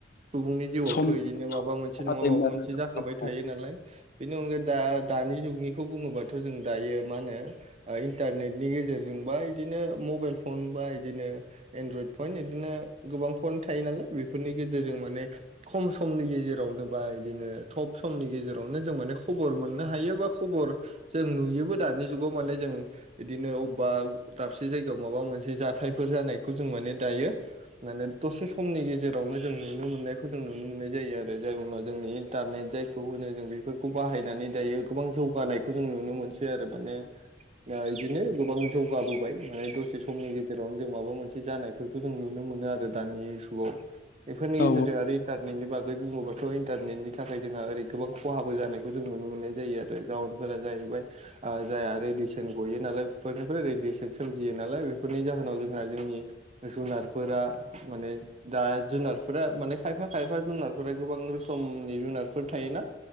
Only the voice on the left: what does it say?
सम
खहा
जायोमोन
आरो
औ